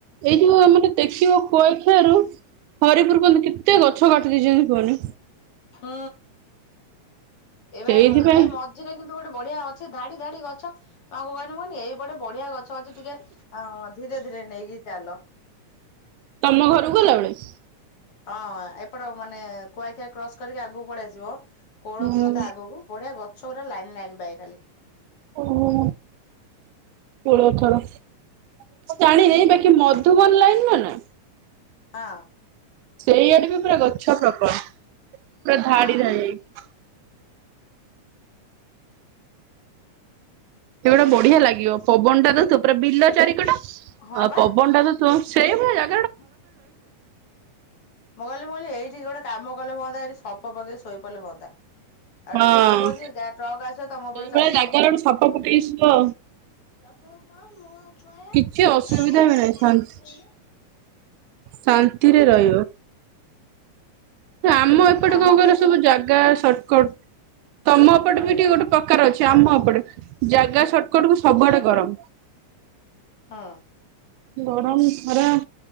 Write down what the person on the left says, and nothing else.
ହଁ। ଏବେ
ଏଇ ମଝିରେ କିନ୍ତୁ ଗୋଟେ ବଢିଆ ଅଛି ଧାଡି ଧାଡି ଗଛ ମୁ ଆଙ୍କୁ କହିଲି ଏଇ ପଟେ ବଢିଆ ଗଛ ଅଛି ଟିକେ ଅ ଧୀରେ ଧୀରେ ନେଇକି ଚାଲ।
ହଁ ଏପଟ ମାନେ କୁଆଖିଆ କ୍ରସ କରିକି ଆଗକୁ ପଳେଇଆସିବ କୋଳଥଳ
ତା ଆଗକୁ ବଢିଆ ଗଛ ଗୋଟା ଲାଇନ ଲାଇନ୍ ବାଏ ଖାଲି
ହଁ।
ହଁ।
ହଁ
ବା।
ମୁଁ କହିଲି ମୁଁ କହିଲି ଏଠି ଗୋଡ଼ କାମ କଲେ ହୁଅନ୍ତା ଏଠି ସପ ପକେଇ ଶୋଇପଡ଼ିଲେ ହୁଅନ୍ତା। ଆଉଠୁ
ଖୁସି କହୁଛି, ଯାହା ଟ୍ରକ୍ ଆସିବ ତମ ଉପରେ
ଚଢେଇ ଦବ।
ସବୁ <unintelligible> କ
<unintelligible>
ଆମର
ଏଠି
ହୁଁ
ହଁ